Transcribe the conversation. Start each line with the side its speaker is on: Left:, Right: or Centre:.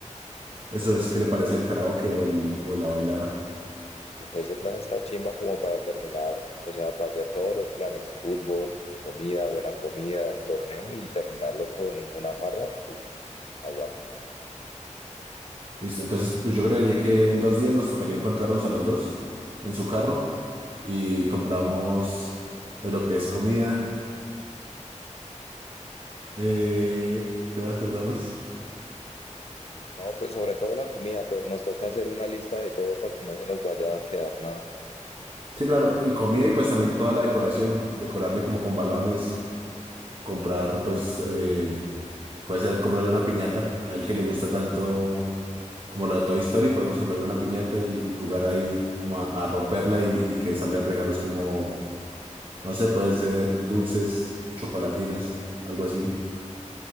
Right: Eso es, ¿qué le parece el karaoke o el, o la bailada?
Left: Uf, ese plan está chimba como para terminar, o sea, para hacer todos los planes, fútbol, comida, buena comida, el torneo y terminarlo con una farra. Uf, aguanta.
Right: Listo, entonces pues yo creería que en dos días nos tocaría encontrarnos a los dos en su carro y compramos pues, lo que es comida. Eh, ¿qué más compramos?
Left: No, pues sobre todo la comida, to- nos toca hacer una lista de todo para que no se nos vaya a quedar nada.
Right: Sí, claro, y comida y pues también toda la decoración, decorarle como con balones, comprar pues eh, puede ser comprarle una piñata a él que le gusta tanto como lo de Toy Story, podemos comprarle una piñata y, y jugar ahí como a, a romperla y, y que salgan regalos como, no sé, pueden ser dulces, chocolatinas, algo así.